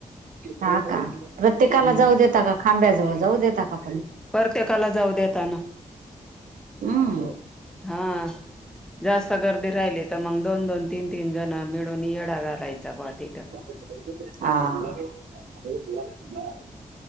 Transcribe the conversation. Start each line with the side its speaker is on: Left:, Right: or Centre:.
Right: हा का प्रत्येकाला
Centre: हम्म
Right: जाऊ देता का खांब्याजवळ जाऊ देता का पन?
Centre: परत्येकाला जाऊ देतानं
Right: अं.
Centre: हा, जास्त गर्दी राहिली त म दोन दोन तीन तीन जन मिळून येडा घालायचा ब तिथं.
Right: <unintelligible> आं <unintelligible>